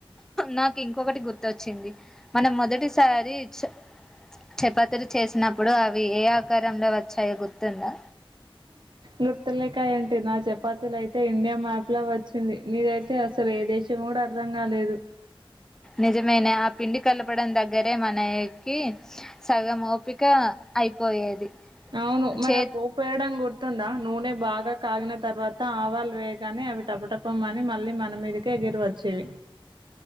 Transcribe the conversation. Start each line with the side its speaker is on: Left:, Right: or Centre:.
Centre: నాకు ఇంకొకటి గుర్తోచ్చింది మనం మొదటిసారి చ చపాతలు చేసినప్పుడు అవి ఏ ఆకారంలో వచ్చాయో గుర్తుందా
Right: గుర్తులేకా ఏంటి నా చపాతీలు అయితే ఇండియా మ్యాప్ లా వచ్చింది నీదైతే అసలు ఏ దేశం కూడా అర్ధం కాలేదు
Centre: నిజమైన ఆ పిండి కలపడం దగ్గరే మనకి సగం ఓపిక అయిపోయేది
Right: అవును మరి
Centre: చే
Right: ఆ పోపు వేయడా గుర్తుందా నూనె బాగా కాగిన తర్వాత ఆవాలు వేయగానే అవి టపటపమని మళ్ళీ మన మీదకి ఎగిరి వచ్చేవి